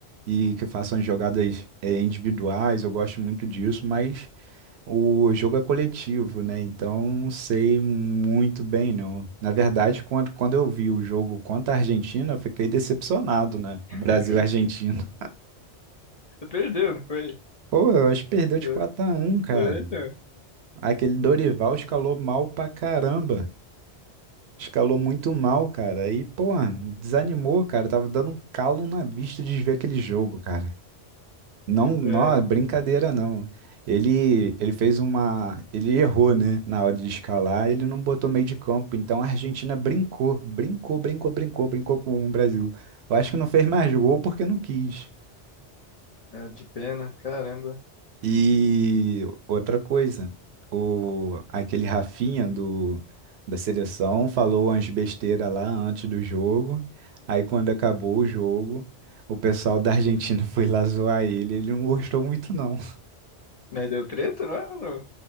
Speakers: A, on the right; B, on the left.
A: e que façam jogadas é, individuais, eu gosto muito disso, mas O jogo é coletivo, né? Então não sei muito bem, não. Na verdade, quando, quando eu vi o jogo contra a Argentina, eu fiquei decepcionado, né? O Brasil
B: <laughs>
A: e a Argentina.
B: Perdeu, não foi?
A: <laughs> Pô, eu acho que perdeu de
B: É,
A: quatro a um, cara.
B: é, então.
A: Aquele Dorival escalou mal pra caramba. Escalou muito mal, cara. E, pô, desanimou, cara. Tava dando um calo na vista de ver aquele jogo, cara. Não, não,
B: É,
A: é brincadeira não. Ele, ele fez uma. Ele errou, né? Na hora de escalar, ele não botou meio de campo. Então a Argentina brincou, brincou, brincou, brincou, brincou com o Brasil. Eu acho que não fez mais gol porque não quis.
B: é, de pena, caramba.
A: E outra coisa, o, aquele Rafinha do, da seleção falou umas besteiras lá antes do jogo. Aí quando acabou o jogo, o pessoal da Argentina <laughs> foi lá zoar ele. Ele não gostou muito, não.
B: Mas deu treta lá ou não?